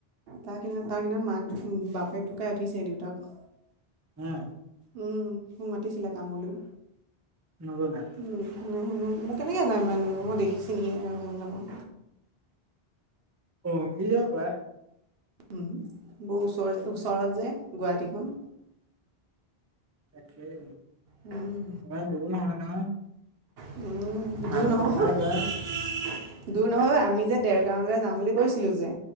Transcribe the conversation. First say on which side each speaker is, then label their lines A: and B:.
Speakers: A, on the right; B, on the right.
A: তাক সিনান তাক সিনান মাক বাপেক ঢুকাই উঠিছেহে দেউতাক-
B: উম'
A: উম মোক মাতিছিলে কামলৈ।
B: নগ'লা?
A: উম, মই কেনেকৈ যাওঁ ইমান দূৰ মই দেখিছোঁ নেকি চিনিয়ে ভালকে নাপাওঁ।
B: অ নিজ হবা <unintelligible>
A: উম বহু ওচৰ যে ওচৰত যে গুৱাহাটী খন।
B: তাকেই।
A: উম।
B: <unintelligible> নহয়
A: উম দূৰ
B: আঢ়ৈশ
A: নহয়।
B: টকাই ভাড়া
A: দূৰ নহয় ঐ আমি যে দেৰগাঁৱলে যাম বুলি কৈছিলো যে